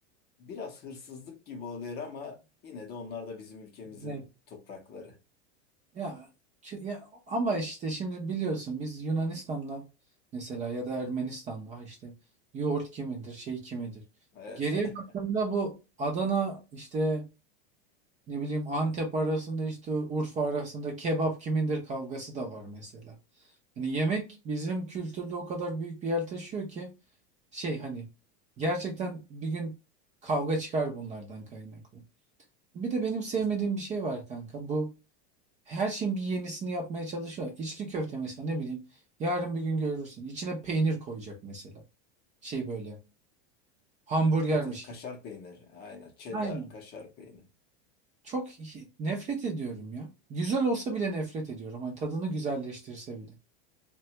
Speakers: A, on the left (about 30°); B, on the right (about 20°).
A: biraz hırsızlık gibi oluyor ama yine de onlar da bizim ülkemizin
B: Evet.
A: toprakları.
B: Ya, çi- ya ama işte şimdi biliyorsun biz Yunanistan'la mesela ya da Ermenistan'la işte yoğurt kimindir, şey kimindir.
A: Evet.
B: Geriye
A: <laughs>
B: baktığında bu Adana işte ne bileyim Antep arasında işte Urfa arasında kebap kimindir kavgası da var mesela. Hani yemek bizim kültürde o kadar büyük bir yer taşıyor ki şey hani gerçekten bir gün kavga çıkar bunlardan kaynaklı. Bir de benim sevmediğim bir şey var kanka. Bu Her şeyin bir yenisini yapmaya çalışıyor. İçli köfte mesela ne bileyim. Yarın bir gün görürsün. İçine peynir koyacak mesela. Şey böyle hamburgermiş
A: Evet, evet kaşar
B: gibi.
A: peyniri. Aynen. Cheddar,
B: Aynen.
A: kaşar peyniri.
B: Çok hi- nefret ediyorum ya. Güzel olsa bile nefret ediyorum. Hani tadını güzelleştirse bile.